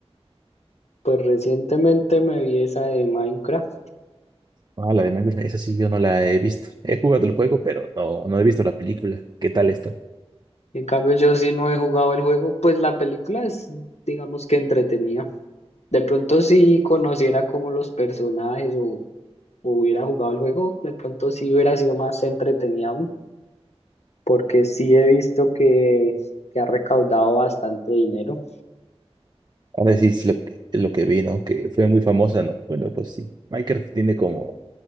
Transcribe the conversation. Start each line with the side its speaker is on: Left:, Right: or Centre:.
Left: Pues recientemente me vi esa de Minecraft.
Right: Ah, la de Minecraft, esa sí yo no la he visto. He jugado el juego, pero no, no he visto la película. ¿Qué tal está?
Left: En cambio, yo sí no he jugado el juego, pues la película es, digamos que entretenida. De pronto, si conociera como los personajes o, o hubiera jugado el juego, de pronto sí hubiera sido más entretenida aún, porque sí he visto que, que ha recaudado bastante dinero.
Right: Ahora
Left: Y
Right: sí, es lo, que- lo que vi, ¿no? Que fue muy famosa, ¿no? Bueno, pues sí. Minecraft tiene como